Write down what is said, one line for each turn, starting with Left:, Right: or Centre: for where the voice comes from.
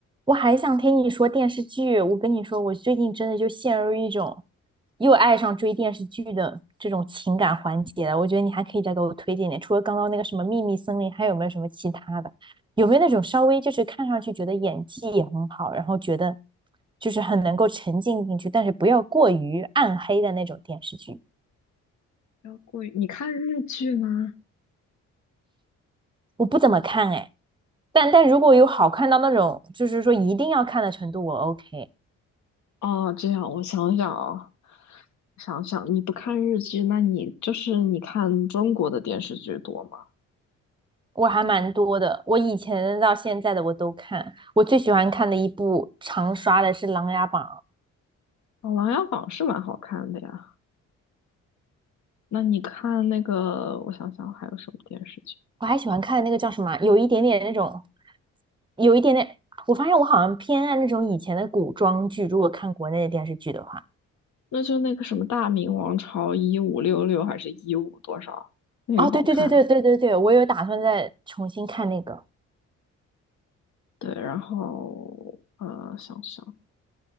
Right: 我还想听你说电视剧。我跟你说，我最近真的就陷入一种又爱上追电视剧的这种情感环节了。我觉得你还可以再给我推荐点，除了刚刚那个什么《秘密森林》，还有没有什么其他的？有没有那种稍微就是看上去觉得演技也很好，然后觉得就是很能够沉浸进去，但是不要过于暗黑的那种电视剧？
Left: 要过于，你看日剧吗？
Right: 我不怎么看哎，但但如果有好看到那种就是说一定要看的程度，我 OK。
Left: 哦，这样我想想啊，想想你不看日剧，那你就是你看中国的电视剧多吗？
Right: 我还蛮多的，我以前到现在的我都看。我最喜欢看的一部常刷的是《琅琊榜》，
Left: 哦，《琅琊榜》是蛮好看的呀。那你看那个，我想想还有什么电视剧？
Right: 我还喜欢看那个叫什么啊，有一点点那种，有一点点。我发现我好像偏爱那种以前的古装剧，如果看国内的电视剧的话。
Left: 那就那个什么《大明王朝一五六六》还是一五多少？那个好看。
Right: 哦，对对对对对对对，我有打算再重新看那个。
Left: 对，然后呃，想想